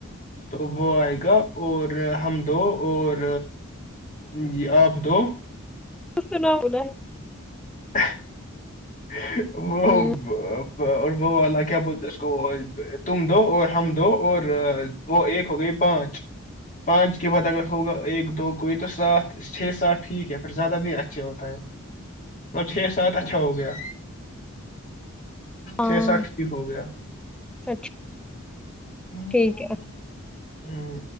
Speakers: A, on the left (about 35°); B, in the centre.
A: تو وہ آئے گا اور ہم دو اور جی آپ دو
B: ک سنا بولا ہے
A: <unintelligible> ہ <unintelligible> وہ <unintelligible>
B: ہے
A: اور وہ والا کیا بولتے اس کو تم دو اور ہم دو اور وہ ایک ہو گئی پانچ پانچ کے بعد اگر ہوگا ایک دو کوئی تو سات چھ سات ٹھیک ہے پھر زیادہ نہیں اچھے ہوتا ہے مطلب چھ سات اچھا ہو گیا
B: ہاں
A: چھ سات ٹھیک ہو گیا
B: اچھا
A: ہ
B: ٹھیک
A: <unintelligible>
B: ہے
A: ہوں